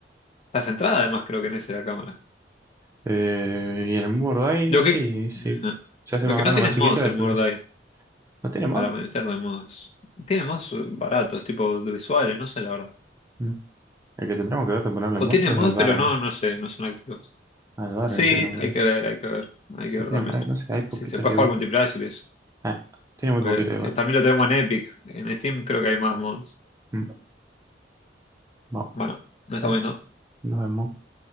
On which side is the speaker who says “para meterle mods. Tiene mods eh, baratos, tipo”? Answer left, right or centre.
Left